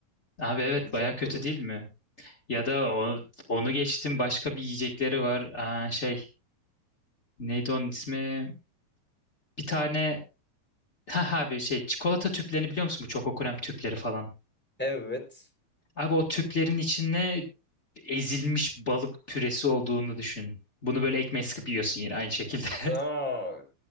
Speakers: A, on the left (about 35°); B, in the centre.
A: Abi evet
B: Abi çok
A: baya kötü
B: kuru.
A: değil mi? Ya da o, onu geçtim başka bir yiyecekleri var. Aa, şey Neydi onun ismi? Bir tane ha ha bir şey çikolata tüplerini biliyor musun? Bu Choco krem tüpleri falan.
B: Evet.
A: Abi o tüplerin içinde ezilmiş balık püresi olduğunu düşün. Bunu böyle ekmeğe sıkıp yiyorsun yine aynı şekilde.
B: Aa,